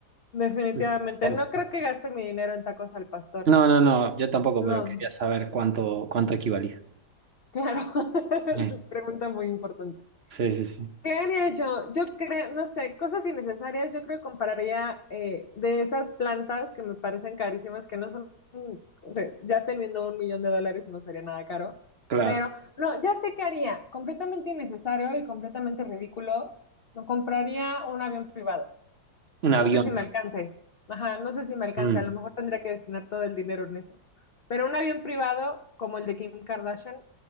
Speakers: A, on the left (about 70°); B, on the right (about 60°).
A: Definitivamente.
B: Literal,
A: No creo
B: sí.
A: que gaste mi dinero en tacos al pastor.
B: No, no, no, yo tampoco,
A: No,
B: pero quería saber cuánto, cuánto equivalía.
A: claro. <laughs>
B: Eh,
A: Es una pregunta muy importante.
B: Sí, sí, sí,
A: ¿Qué haría yo? Yo creo, no sé, cosas innecesarias. Yo creo que compraría eh, de esas plantas que me parecen carísimas, que no son, mm, o sea, ya teniendo un millón de dólares no sería nada caro.
B: claro,
A: Pero, no, ya sé qué haría. Completamente innecesario y completamente ridículo. Me compraría un avión privado.
B: un avión.
A: No sé si me alcance. Ajá, no sé si me alcance.
B: ¿no? Mm,
A: A lo mejor tendría que destinar todo el dinero en eso. Pero un avión privado como el de Kim Kardashian,